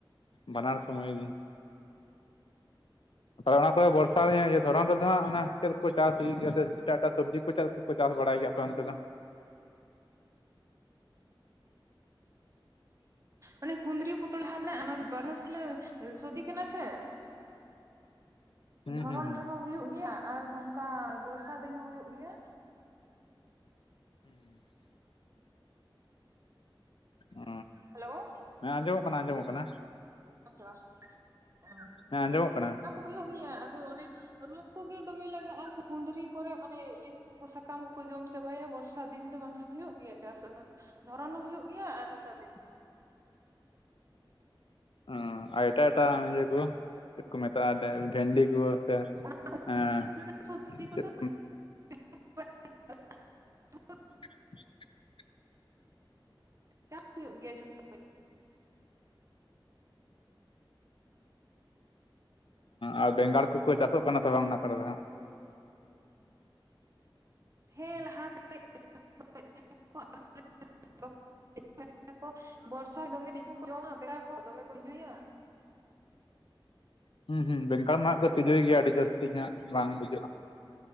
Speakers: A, on the left; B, on the right.
A: ᱵᱟᱱᱟᱨ ᱥᱚᱢᱚᱭ ᱜᱮ᱾ ᱛᱟᱦᱚᱞᱮ ᱚᱱᱟ ᱠᱚᱨᱮ ᱵᱚᱨᱥᱟᱱ ᱨᱮ ᱫᱷᱚᱨᱚᱱ ᱨᱮᱫᱚ ᱦᱟᱸᱜ ᱪᱮᱫ ᱠᱚ? ᱠᱚ ᱪᱟᱥ ᱦᱩᱭᱩᱜ ᱜᱮᱭᱟ ᱥᱮ ᱮᱴᱟᱜ ᱮᱴᱟᱜ ᱥᱚᱵᱽᱡᱤ ᱠᱚ ᱪᱮᱫ ᱠᱚᱠᱚ ᱪᱟᱥ ᱵᱟᱲᱟᱭ ᱜᱮᱭᱟ ᱟᱯᱮ ᱚᱱᱛᱮ ᱫᱚ?
B: ᱚᱱᱮ ᱠᱩᱸᱫᱽᱨᱤ ᱯᱩᱚᱴᱚᱞ ᱡᱟᱸᱦᱟ ᱢᱮᱱᱟᱜᱼᱟ ᱚᱱᱟ ᱫᱚ ᱵᱟᱨᱚᱢᱤᱥᱤᱭᱟᱹ ᱥᱚᱵᱽᱡᱤ‌ ᱠᱟᱱᱟ ᱥᱮ᱾
A: <unintelligible> ᱦᱩᱸ
B: ᱫᱷᱚᱨᱚᱱ
A: ᱦᱩᱸ ᱦᱩᱸ
B: ᱨᱮᱦᱚᱸ ᱦᱩᱭᱩᱜ ᱜᱮᱭᱟ ᱟᱨ ᱱᱚᱝᱠᱟ ᱵᱚᱨᱥᱟ ᱫᱤᱱ ᱦᱚᱸ ᱦᱩᱭᱩᱜ ᱜᱮᱭᱟ᱾
A: <unintelligible> ᱚ
B: ᱦᱮᱞᱳ᱾
A: ᱦᱮᱸ ᱟᱸᱡᱚᱢᱚᱜ ᱠᱟᱱᱟ ᱟᱸᱡᱚᱢᱚᱜ ᱠᱟᱱᱟ᱾
B: ᱥᱮ ᱵᱟᱝ ᱚ
A: ᱦᱮᱸ ᱟᱸᱡᱚᱢᱚᱜ ᱠᱟᱱᱟ᱾
B: ᱦᱩᱭᱩᱜ ᱜᱮᱭᱟ ᱟᱫᱚ ᱚᱱᱮ ᱨᱳᱜᱽ ᱠᱚᱜᱮ ᱫᱚᱢᱮ ᱞᱟᱜᱟᱜᱼᱟ ᱠᱩᱸᱫᱽᱨᱤ ᱠᱚᱨᱮ ᱚᱱᱮ ᱤᱭᱟᱹ ᱥᱟᱠᱟᱢ ᱠᱚᱠᱚ ᱡᱚᱢ ᱪᱟᱵᱟᱭᱟ ᱵᱚᱨᱥᱟ ᱫᱤᱱ ᱫᱚ ᱵᱟᱝᱠᱷᱟᱱ ᱦᱩᱭᱩᱜ ᱜᱮᱭᱟ ᱪᱟᱥ ᱚᱱᱟ ᱫᱚ ᱫᱷᱚᱨᱚᱱ ᱦᱚᱸ ᱦᱩᱭᱩᱜ ᱜᱮᱭᱟ ᱟᱨ ᱱᱮᱛᱟᱨ ᱫᱤᱱ ᱦᱚᱸ᱾
A: ᱩᱸ ᱟᱨ ᱮᱴᱟᱜ ᱮᱴᱟᱜ ᱤᱭᱟᱹ ᱠᱚ ᱪᱮᱫ ᱠᱚ ᱢᱮᱛᱟᱜᱼᱟ ᱵᱷᱮᱱᱰᱤ ᱠᱚ ᱥᱮ
B: ᱚᱱᱟ
A: ᱮᱸ
B: ᱨᱮᱱᱟᱜ ᱥᱚᱵᱽᱡᱤ
A: ᱛᱮᱫ
B: <unintelligible>
A: <unintelligible>
B: ᱪᱟᱥ ᱦᱩᱭᱩᱜ ᱜᱮᱭᱟ ᱡᱷᱚᱛᱚ ᱜᱮ᱾
A: ᱟᱨ ᱵᱮᱸᱜᱟᱲ ᱠᱚᱠᱚ ᱪᱟᱥᱚᱜ ᱠᱟᱱᱟ ᱥᱮ ᱵᱟᱝ ᱚᱱᱟ ᱠᱚᱨᱮ ᱫᱚ ᱦᱟᱸᱜ᱾
B: ᱦᱮᱸ ᱞᱟᱦᱟᱛᱮ ᱨᱚᱦᱟᱭᱟ ᱮᱫ ᱛᱟᱦᱮᱡ ᱟᱨ ᱱᱮᱛᱟᱨ ᱫᱚ ᱵᱟᱝ <unintelligible> ᱵᱚᱨᱥᱟ ᱫᱚᱢᱮ ᱛᱤᱡᱩ ᱠᱚ ᱡᱚᱢᱟ ᱵᱮᱸᱜᱟᱲ ᱦᱚᱸ ᱠᱚ ᱛᱤᱡᱩᱭᱟ᱾
A: ᱦᱩᱸ ᱦᱩᱸ ᱵᱮᱸᱜᱟᱲ ᱢᱟ ᱦᱟᱸᱜ ᱠᱚ ᱛᱤᱡᱩᱭ ᱜᱮᱭᱟ ᱟᱹᱰᱤ ᱡᱟᱹᱥᱛᱤ ᱜᱮ ᱦᱟᱸᱜ ᱵᱟᱝ ᱵᱩᱡᱷᱟᱹᱜᱼᱟ᱾